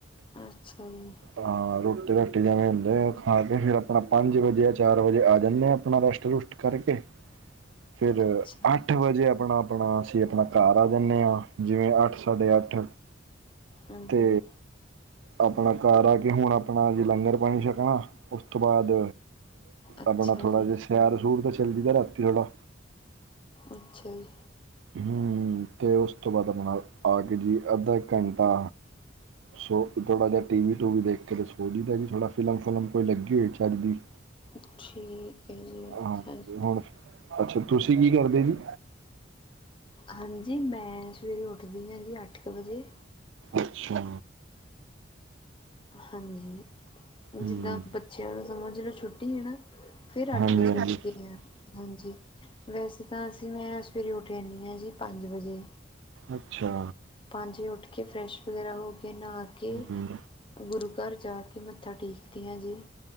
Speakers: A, on the left; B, on the right.
A: ਅੱਛਾ ਜੀ
B: ਹਾਂ ਰੋਟੀ ਰਾਟੀ ਜਿਵੇਂ ਹੁੰਦੇ ਆ ਉਹ ਖਾ ਕੇ ਫਿਰ ਆਪਣਾ ਪੰਜ ਵਜੇ ਜਾਂ ਚਾਰ ਵਜੇ ਆ ਜਾਂਦੇ ਹਾਂ ਆਪਣਾ ਰੈਸਟ ਰੁਸਟ ਕਰਕੇ ਫਿਰ
A: ਅੱਛਾ
B: ਅੱਠ ਵਜੇ ਆਪਣਾ ਆਪਣਾ <unintelligible> ਘਰ ਆ ਜਾਂਦੇ ਹਾਂ ਜਿਵੇਂ ਅੱਠ ਸਾਡੇ ਅੱਠ
A: ਹਮ
B: ਤੇ
A: ਹਮ
B: ਆਪਣਾ ਘਰ ਆ ਕੇ ਹੁਣ ਆਪਣਾ ਜੇ ਲੰਗਰ ਪਾਣੀ ਛਕਣਾ ਉਸ ਤੋਂ ਬਾਅਦ
A: ਅੱਛਾ
B: ਆਪਣਾ ਥੋੜਾ
A: ਜੀ
B: ਜਿਹਾ ਸੈਰ ਸੂਰ ਤਾਂ ਚੱਲੀ ਦਾ ਰਾਤੀ ਥੋੜ੍ਹਾ
A: ਅੱਛਾ ਜੀ
B: ਹੂੰ ਤੇ ਉਸ ਤੋਂ ਬਾਅਦ ਆਪਣਾ ਆ ਕੇ ਜੀ ਅੱਧਾ ਇੱਕ ਘੰਟਾ ਸੋ ਥੋੜਾ ਜਿਹਾ ਟੀਵੀ ਟੀਵੀ ਦੇਖ ਕੇ ਤਾਂ ਕੁਛ ਬੋਲੀ ਦਾ ਕਿ ਥੋੜਾ ਫਿਲਮ ਫੂਲਮ ਲੱਗੀ ਹੋਵੇ ਕੋਈ ਲੱਗੀ ਹੋਈ ਖਾਲੀ
A: ਅੱਛੀ ਕੈਨੀ
B: ਹਾਂਜੀ
A: ਚੱਲ
B: ਹੁਣ
A: ਮੈਂ
B: ਅੱਛਾ ਤੁਸੀਂ ਕੀ ਕਰਦੇ ਜੀ
A: ਹਾਂਜੀ ਮੈਂ ਸਵੇਰੇ ਉੱਠਦੀ ਹਾਂ ਜੀ ਅੱਠ ਕੁ ਵਜੇ
B: ਅੱਛਾ।
A: ਹਾਂਜੀ
B: ਹੂੰ
A: ਜਿੱਦਾਂ ਬੱਚਿਆਂ ਨੂੰ ਸਮਝ ਲੋ ਛੁੱਟੀ ਹੈ ਨਾ ਫਿਰ
B: ਹਾਂਜੀ
A: ਅੱਠ ਵਜੇ
B: ਹਾਂਜੀ
A: ਉੱਠਦੇ ਗਿਆ ਹਾਂਜੀ ਵੈਸੇ ਤਾਂ ਅਸੀਂ ਮੈਂ ਸਵੇਰੇ ਉੱਠ ਜਾਂਦੀ ਹਾਂ ਜੀ ਪੰਜ ਵਜੇ
B: ਅੱਛਾ।
A: ਪੰਜ ਵਜੇ ਉੱਠ ਕੇ ਫਰੈਸ਼ ਵਗੈਰਾ ਹੋ ਕੇ ਨਹਾ ਕੇ
B: ਹੂੰ
A: ਗੁਰੂ ਘਰ ਜਾ ਕੇ ਮੱਥਾ ਟੇਕਦਿਆਂ ਜੀ